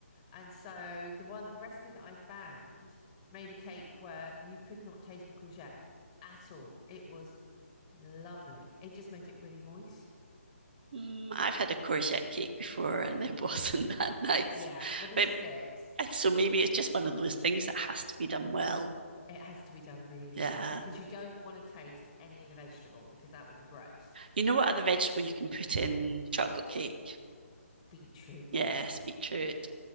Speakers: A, on the left; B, on the right.
A: And so the one the recipe that I found made a cake where you could not taste the courgette at all. It was lovely. It just made it really moist.
B: Mm, I've had a courgette cake before and it <laughs> wasn't that nice.
A: Yeah, well, this
B: But
A: is it.
B: uh, so maybe it's just one of those things that has to be done well.
A: It has to be done really
B: Yeah.
A: well because you don't want to taste any of the vegetable because that would be gross.
B: You know what other vegetable you can put in chocolate cake?
A: Beetroot.
B: Yes, beetroot.